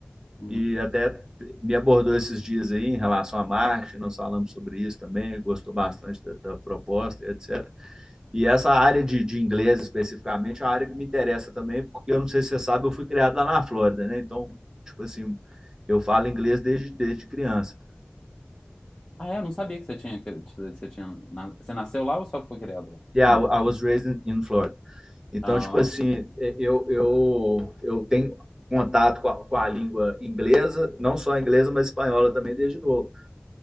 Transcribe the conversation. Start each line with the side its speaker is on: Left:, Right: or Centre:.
Left: uhum.
Right: e até me abordou esses dias aí em relação à marketing, nós falamos sobre isso também, gostou bastante da, da proposta, etc. E essa área de, de, inglês especificamente é uma área que me interessa também, porque eu não sei se você sabe, eu fui criado lá na Flórida, né? Então, tipo assim, eu falo inglês desde, desde criança.
Left: Ah, é, eu não sabia que você tinha. que Você tinha, na- você nasceu lá ou só foi criado lá?
Right: Yeah,
Left: Hum.
Right: I was raised in Florida. Então,
Left: Ah,
Right: tipo assim, é, eu, eu, eu tenho contato com a, com a língua inglesa, não só inglesa, mas espanhola também desde novo.